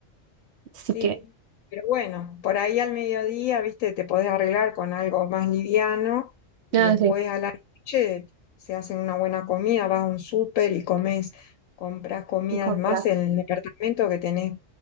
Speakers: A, on the right (about 65°); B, on the left (about 80°).
A: Así
B: Sí,
A: que,
B: pero bueno, por ahí al mediodía, viste, te podés arreglar con algo más liviano y
A: nada,
B: después
A: sí,
B: a la noche se hacen una buena comida, vas a un súper y comes, compras comidas
A: Y comprar.
B: más en el departamento que tenés